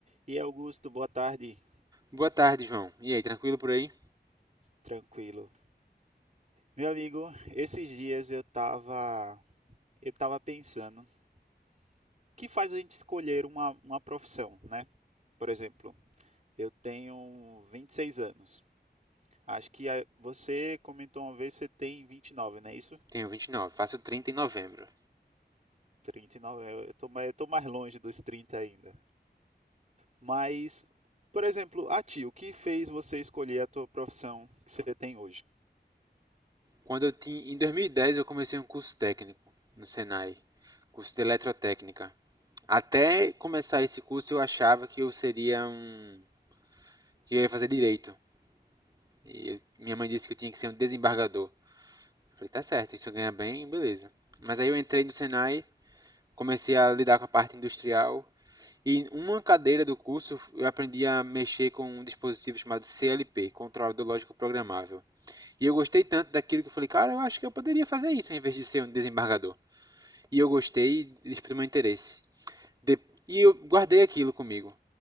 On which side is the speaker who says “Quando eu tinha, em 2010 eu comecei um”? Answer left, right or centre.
Right